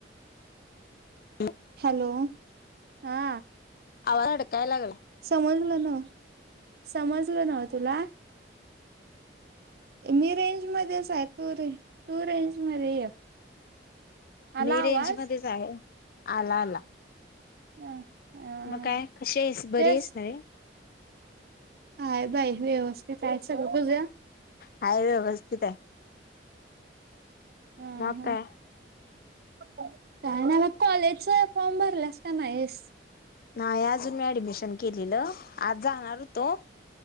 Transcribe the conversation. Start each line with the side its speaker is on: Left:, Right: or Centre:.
Left: हो <unintelligible>
Right: हॅलो हा
Left: आ अडकायला लागला
Right: समजलं न समजलं न तुला? मी रेंज मध्येच आहे तू रें तू रेंज मध्ये ये. आला
Left: मी रेंज
Right: आवाज
Left: मध्येच आहे आला आला.
Right: अ अ
Left: मग काय कशी आहेस बरी
Right: तेच
Left: आहेस ना रे?
Right: आहे बाई व्यवस्थित आहे सगळं तुझं?
Left: हाय व्यवस्थित आहे.
Right: ह
Left: मग
Right: ह
Left: काय?
Right: काय नाही मग कॉलेजचा फॉर्म भरलायस की नाहीस?
Left: नाही अजून मी ऍडमिशन केलेलं आज जाणार होतो